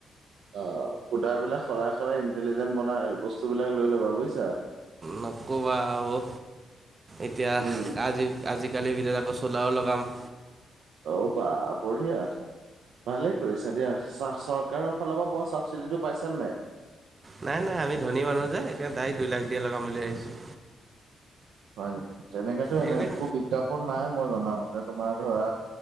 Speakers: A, on the right; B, on the right.
A: অ ভুদা বিলাক সলাই সলাই ইণ্টেলিজেণ্ট বনাই বস্তুবিলাক লৈ ল'বা বুইছা।
B: নক'বা আৰু এতিয়া
A: উম
B: আজি আজিকালি ভিতৰত আকৌ চলাও লগাম।
A: অ বা বঢ়িয়া। ভালে কৰিছা দিয়া চা চৰকাৰৰ ফালৰ পৰা পোৱা চাবচিডিটো পাইছা নে নাই।
B: নাই নাই আমি ধনী মানুহ যে সেইকাৰণে দাইক দুই লাখ দিয়ে লগাম বুলি আহিছোঁ
A: হয় নেকি তেনেকেতো এনে
B: এইবিলাক
A: একো বিজ্ঞাপন নাই মই জনামতে তোমাৰ ধৰা